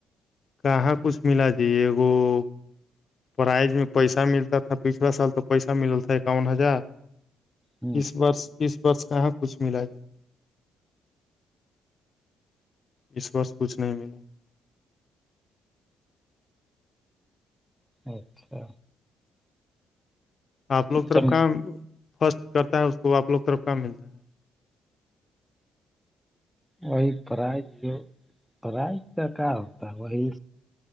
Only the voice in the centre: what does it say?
ہ
اچھا
تم
وہی پرائز جو پرائز کا کا ہوتا ہے وہی